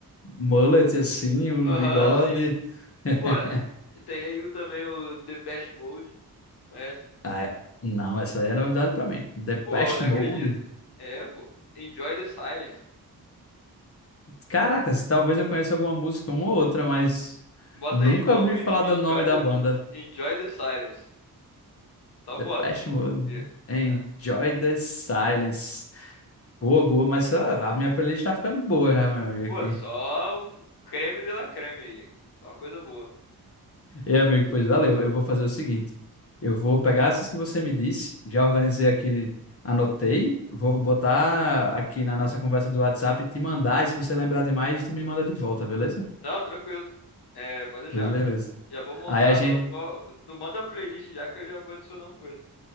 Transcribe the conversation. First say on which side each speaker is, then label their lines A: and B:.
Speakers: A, on the left (about 35°); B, on the left (about 80°).
A: mullet assim, um
B: Aham,
A: bigode.
B: sim.
A: <laughs>
B: Pô, tem aí o, também o Depeche Mode, conhece?
A: Ah, é- não, essa aí é novidade pra mim. Depeche
B: Pô, não
A: Mode.
B: acredito. É, pô. Enjoy the Silence.
A: Caracas, talvez eu conheça alguma música, uma ou outra, mas
B: Bota
A: nunca
B: aí então,
A: ouvi
B: en-
A: falar
B: en-
A: do
B: Enjoy
A: nome da
B: the,
A: banda.
B: Enjoy the Silence. Só bota,
A: Depeche Mode.
B: confia.
A: Enjoy
B: É.
A: the Silence. Boa, boa, mas ah, a minha playlist tá ficando boa, já, meu amigo,
B: Pô,
A: aqui.
B: só o creme de la creme aí, hein? Só uma coisa boa.
A: E, amigo, pois valeu. Eu vou fazer o seguinte. Eu vou pegar essas que você me disse, já organizei aqui, anotei, vou botar aqui na nossa conversa do WhatsApp e te mandar, e se você lembrar demais, tu me manda de volta, beleza?
B: Não, tranquilo. É, pode deixar.
A: Pois beleza.
B: Já vou montar,
A: Aí a gente...
B: vou, vou- não manda a playlist já que eu já vou adicionando coisa.